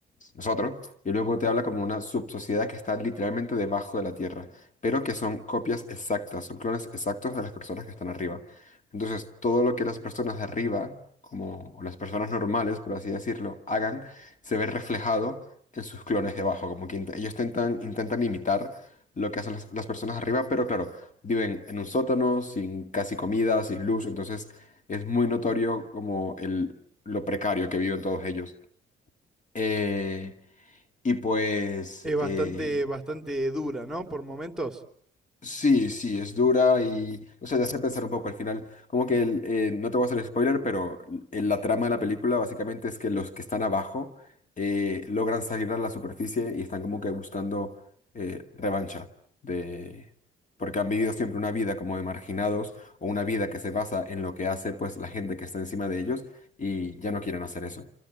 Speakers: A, on the left; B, in the centre.
A: nosotros, y luego te habla como una subsociedad que está literalmente debajo de la Tierra, pero que son copias exactas, son clones exactos de las personas que están arriba. Entonces, todo lo que las personas de arriba, como o las personas normales, por así decirlo, hagan, se ve reflejado en sus clones debajo, como que int- ellos intentan, intentan imitar lo que hacen las, las personas arriba, pero claro, viven en un sótano, sin casi comida, sin luz, entonces es muy notorio como el, lo precario que viven todos ellos. Eh, y pues
B: es bastante,
A: eh,
B: bastante dura, ¿no? Por momentos.
A: Sí, sí, es dura y, o sea, te hace pensar un poco al final. Como que, el- eh, no te voy a hacer spoiler, pero el- la trama de la película básicamente es que los que están abajo eh, logran salir a la superficie y están como que buscando eh, revancha de... Porque han vivido siempre una vida como de marginados o una vida que se basa en lo que hace pues la gente que está encima de ellos y ya no quieren hacer eso.